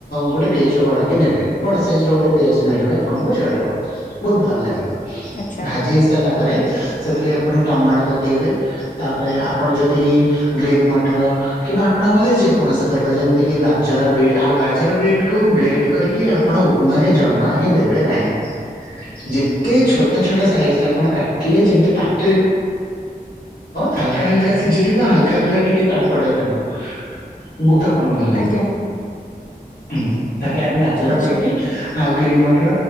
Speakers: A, on the left (about 75°); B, on the left (about 50°).
A: ଗୋଟେ ପିଆଜ ବଡାକ ନେବେ ବଡ ସାଇଜ ର ଗୋଟେ ପିଆଜ ନେଲେ ବି ଆପଣଙ୍କୁ ଚଳିବ। ବହୁତ ଭଲ ଲାଗିବ
B: ଆଚ୍ଛା
A: ଭାଜି ହେଇ ସାରିଲା ପରେ ସେଥିରେ ଆପଣ ଟମାଟୋ ପକେଇବେ। ତାପରେ ଆପଣ ଯଦି ଗ୍ରୀନ୍ ମଟର କିମ୍ବା ଆପଣଙ୍କ ପାଖରେ ଯେକୌଣସି ପରିବା ଯେମିତି କି ଗାଜର ବିଡ୍ ଆଉ ଗାଜର ବିଡ୍ କୁ ଗ୍ରେଡ କରିକି ଆପଣ ଉପମାରେ ଜମା ହିଁ ଦେବେ ନାହିଁ। ଯେତେ ଛୋଟ ଛୋଟ ସାଇଜ ରେ ଆପଣ କାଟିଲେ ଯେମିତି ପାଟିରେ ହାଲକା ହାଲକା ସିଝିଥିବ ହାଲକା ହାକା ଟିକେ କାଡୁଡଆ ଥିବ। ବହୁତ ଆପଣଙ୍କୁ ଭଲ ଲାଗିବ।
B: ଆଜ୍ଞା
A: ହୁଁ ତାପରେ ଆପଣ ଗାଜର
B: ଆଚ୍ଛା।
A: ବିଟି ଆଉ ଗ୍ରୀନ୍ ମଟର